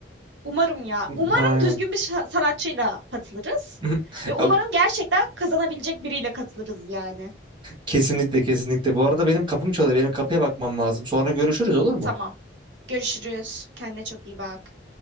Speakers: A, on the right; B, on the right.
A: Umarım ya.
B: <laughs>
A: Umarım
B: Aynen.
A: düzgün bir şa- sanatçıyla katılırız.
B: <laughs>
A: Ve umarım gerçekten kazanabilecek biriyle katılırız yani.
B: Kesinlikle kesinlikle. Bu arada benim kapım çalıyor. Benim kapıya bakmam lazım. Sonra görüşürüz olur mu?
A: Tamam. Görüşürüz. Kendine çok iyi bak.